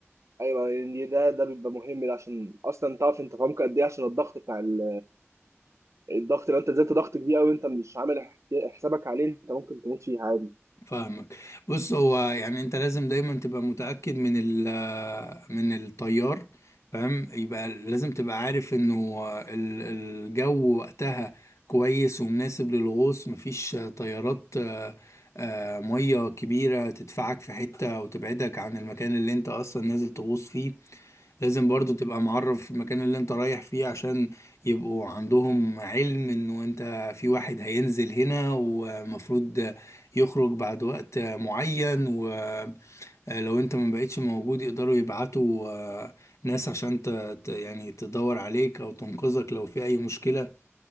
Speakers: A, on the right (about 80°); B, on the left (about 80°).
A: ايوه يعني ده ده بيبقى مهم عشان اصلا تعرف انت فاهمك قد ايه عشان الضغط بتاع ال- الضغط لو انت نزلت ضغط كبير قوي انت مش عامل حسابك عليه انت ممكن تموت فيه عادي
B: فاهمك بص هو يعني انت لازم دايما تبقى متأكد من ال آه، من الطيار فاهم يبقى لازم تبقى عارف انه ال- الجو وقتها كويس ومناسب للغوص مفيش تيارات آه، آه، مية كبيرة تدفعك في حتة وتبعدك عن المكان اللي انت اصلا نازل تغوص فيه لازم برضو تبقى معرف المكان اللي انت رايح فيه عشان يبقوا عندهم علم انه انت في واحد هينزل هنا ومفروض يخرج بعد وقت معين ولو انت ما بقتش موجود يقدروا يبعتوا آه، ناس عشان ت ت- يعني تدور عليك او تنقذك لو في اي مشكلة